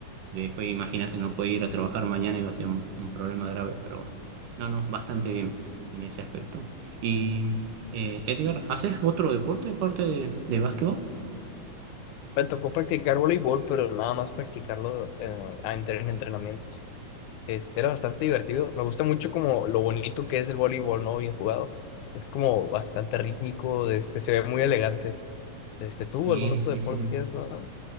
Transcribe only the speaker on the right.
de después, imagínate, no poder ir a trabajar mañana, iba a ser un, un problema grave, pero no, no, bastante bien en ese aspecto. Y eh, Edgar, ¿haces otro deporte aparte de, de básquetbol?
Sí,
sí,
sí, sí.